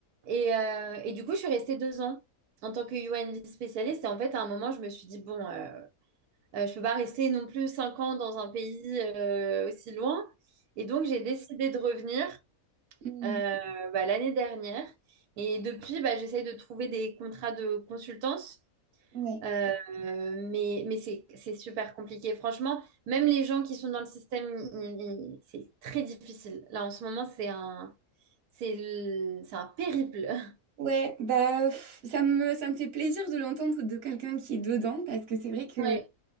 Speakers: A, on the right (about 85°); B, on the right (about 50°).
A: Et, euh, et du coup, je suis restée deux ans en tant que UNB spécialiste. Et en fait, à un moment, je me suis dit, bon, euh, euh, je peux pas rester non plus cinq ans dans un pays euh, aussi loin. Et donc, j'ai décidé de revenir
B: mhm.
A: euh, bah, l'année dernière. Et depuis, bah, j'essaye de trouver des contrats de consultance.
B: Ouais.
A: Euh, mais mais c'est c'est super compliqué. Franchement, même les gens qui sont dans le système, ils- ils- c'est très difficile. Là, en ce moment, c'est un, c'est le- c'est un périple. <laughs>
B: Ouais, bah pff, ça me, ça me fait plaisir de l'entendre de quelqu'un qui est dedans parce que c'est vrai que
A: Ouais.